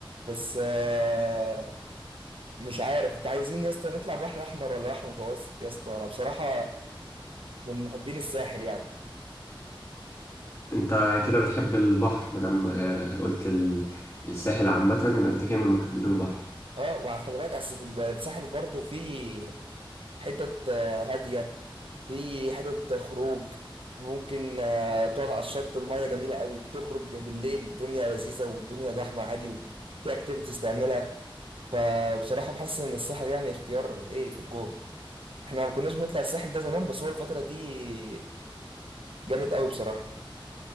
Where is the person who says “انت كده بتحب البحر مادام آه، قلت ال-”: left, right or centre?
Left